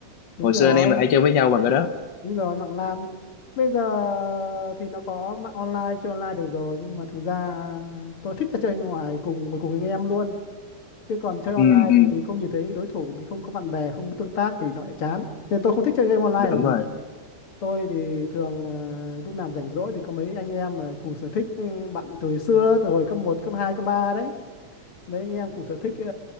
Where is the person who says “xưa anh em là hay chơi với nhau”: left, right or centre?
Left